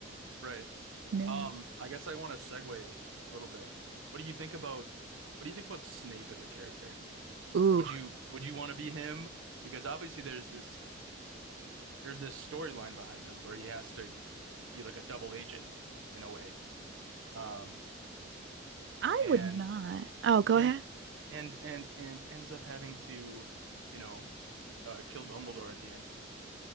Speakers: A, on the right; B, on the right.
A: Right.
B: No.
A: Um, I guess I want to segue a little bit. What do you think about what do you think about Snape as a character?
B: Ooh,
A: Would you would you want to be him? Because obviously there's this there's this storyline behind him where he has to be like a double agent in a way. Um,
B: I
A: and
B: would not. Oh, go
A: and
B: ahead.
A: and and and ends up having to, you know, uh, kill Dumbledore at the end of